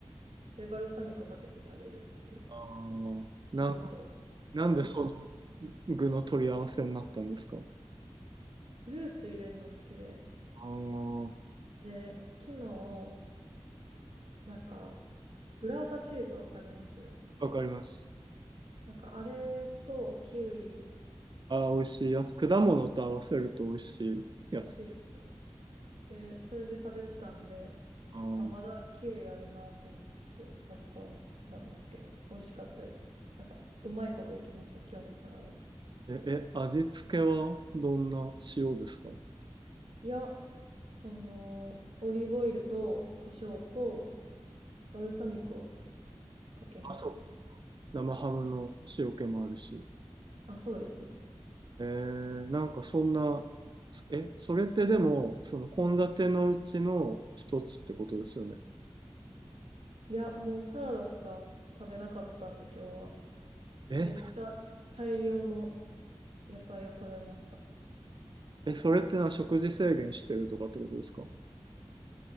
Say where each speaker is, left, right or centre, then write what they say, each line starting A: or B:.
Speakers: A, on the right (about 80°); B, on the right (about 50°).
A: で、バルサミコかけて食べるっていう、
B: あー、な、
A: ショート
B: なんでその
A: オイル
B: 具の取り合わせになったんですか
A: フルーツ入れるの好きで。
B: あー、
A: で、昨日、なんか、ブラータチーズわかります
B: わかります。
A: なんか、あれとキウイ、
B: あー、美味しいやつ。果物と合わせると美味しいやつ。
A: 美味しいです。で、それで食べてたんで、
B: あー、
A: あ、まだキウイあるなと思って掘り込んだんですけど、美味しかったです。なんか、うまいこといきました、今日のサラダ。
B: え、え、味付けはどんな塩ですか
A: いや、その、オリーブオイルと胡椒とバルサミコをかけました。
B: あ、そう。生ハムの塩気もあるし。
A: あ、そうですね。
B: えー、なんかそんな、え、それってでも、その献立のうちの一つってことですよね。
A: いや、もうサラダしか食べなかったんで、今日は。
B: え、
A: めっちゃ大量の野菜を食べました。
B: え、それってのは食事制限してるとかってことですか